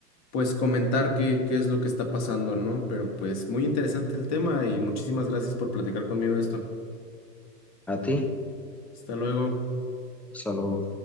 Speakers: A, on the left; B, in the centre.
A: pues comentar qué, qué es lo que está pasando, ¿no? Pero pues muy interesante el tema y muchísimas gracias por platicar conmigo de esto.
B: a ti,
A: Hasta luego.
B: solo